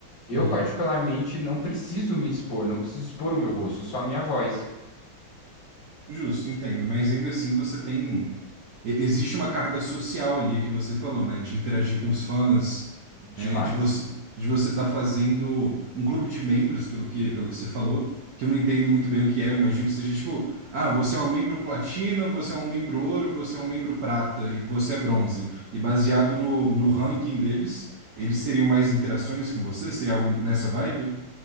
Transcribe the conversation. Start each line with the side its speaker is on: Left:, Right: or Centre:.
Left: eu
Right: Uhum.
Left: particularmente não preciso me expor, não preciso expor o meu rosto, só a minha voz.
Right: Justo, entendo. Mas ainda assim você tem. e- Existe uma carga social ali que você falou, né? De interagir com os fãs,
Left: Demais.
Right: É, de você de você estar fazendo um clube de membros, pelo que, pelo que você falou, que eu não entendo muito bem o que é. Eu imagino que seja tipo, ah, você é um membro platina, você é um membro ouro, você é um membro prata e você é bronze. E baseado no, no ranking deles, eles seriam mais interações com você? Seria algo nessa vibe?